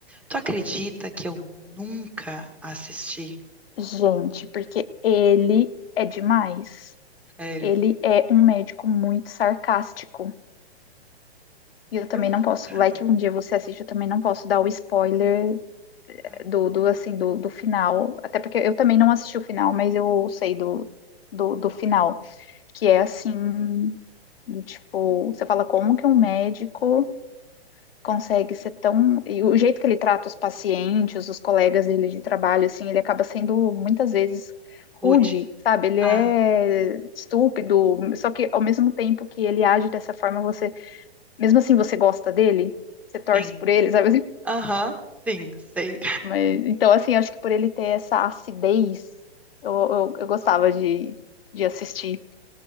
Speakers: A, in the centre; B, on the left.
A: Tu acredita que eu nunca assisti?
B: Gente, porque ele é demais.
A: Sério?
B: Ele é um médico muito sarcástico. E eu também
A: Eu.
B: não posso. Vai
A: Ai,
B: que um dia você assiste, eu também não posso dar o spoiler
A: tá.
B: do, do assim, do, do final. Até porque eu também não assisti o final, mas eu sei do, do, do final. Que é assim, do tipo, você fala como que um médico consegue ser tão. E o jeito que ele trata os pacientes, os colegas dele de trabalho, assim, ele acaba sendo muitas vezes rude,
A: Pude.
B: sabe? Ele
A: Ah,
B: é estúpido, só que ao mesmo tempo que ele age dessa forma, você, mesmo assim, você gosta dele, você torce
A: sim.
B: por ele, sabe?
A: Aham, sim, sei.
B: Mas, então, assim, acho que por ele ter essa acidez, eu, eu, eu gostava de, de assistir.